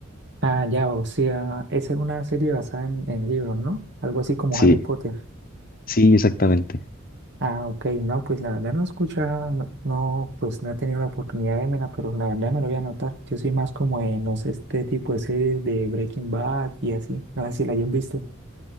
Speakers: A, on the right; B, on the left.
A: Ah, ya, o sea, es en una serie basada en, en libros, ¿no? Algo así como
B: Sí,
A: Harry Potter.
B: sí, exactamente.
A: Ah, ok, no, pues la verdad no escucha, no, no, pues no he tenido la oportunidad de verla, pero la verdad me lo voy a anotar. Yo soy más como de, no sé, este tipo de series de Breaking Bad y así, no sé si la hayas visto.